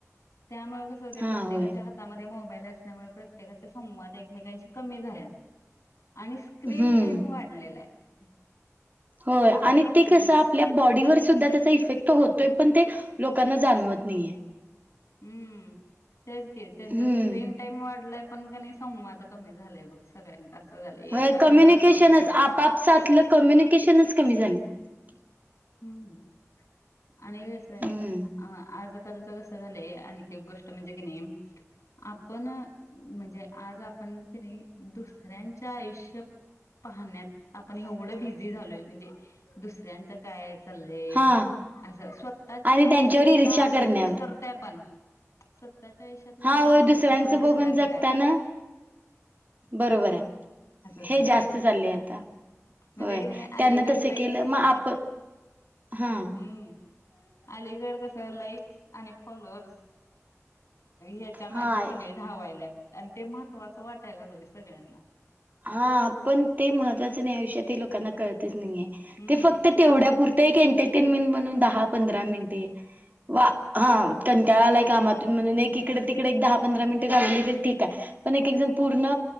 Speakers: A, on the left; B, on the right.
A: त्यामुळे कसं होते
B: हा
A: प्रत्येकाच्या
B: होय.
A: हातामध्ये मो मोबाल असल्यामुळे प्रत्येकाचे संवाद एकमेकांशी कमी झाले आणि स्क्रीन
B: हम्म.
A: टाइम वाढलेला आहे
B: होय आणि ते
A: हो
B: कस आपल्या बॉडीवर सुध्दा त्याचा इफेक्ट होतोय पण ते लोकांना जाणवत नाहीय
A: हम्म तेच की त्यांचा
B: हम्म.
A: स्क्रीन टाइम वाढला पण किनाही संवाद कमी झालाय बघ सगळ्यांचा झालं एकाच
B: होय कम्युनिकेशनच
A: घरात राहून ना
B: आपापसातलं कम्युनिकेशनच कमी झालीत
A: हम्म आणि कस आहे
B: हम्म.
A: अ आज लोकांचं कस झालंय आणखी एक गोष्ट म्हणजे की नाही आपण म्हणजे आज आपण की नाही दुसऱ्यांच्या आयुष्यात पाहण्यात आपण एवढं बिझी झालोय म्हणजे दुसऱ्यांचा काय चालय
B: हा
A: अस स्वतः स्वतःच्या
B: आणि
A: आयुष्यातला
B: त्यांच्यावर ईर्ष्या
A: आनंद
B: करण्यावर
A: विसरतोय आपण स्वतःच्या आयुष्यातला
B: हा
A: आनंद
B: होय
A: विसरतोय
B: दुसऱ्यांचं
A: पण दुसऱ्याचं
B: बघून जगताना
A: काय चालय.
B: बरोबर आहे
A: चाललंय
B: हे जास्त चाललेय आता
A: म्हणजे
B: होय
A: की नाही अलीकड
B: त्यांना तस
A: लाईक्स
B: केलं मग आपण हा
A: हम्म अलीकड कस. लाईक्स आणि फॉलोअर्स याच्या
B: हा
A: माग सगळे धावायलेत. ते महत्त्वाचं वाटायला लागलेय सगळ्यांना
B: हा ते महत्त्वाचं नाही आयुष्यात ते पण लोकांना कळतच नाही आहे
A: हम्म
B: की तेवढ्या पूर्त इंटरटेन्मेंट म्हणून दहा पंधरा मिनिटं तेच वा हा कंटाळा आलाय कामातून म्हणून एक इकडे तिकडे एक दहा पंधरा मिनटं घालवली तर ठीक आहे अनेक जण पूर्ण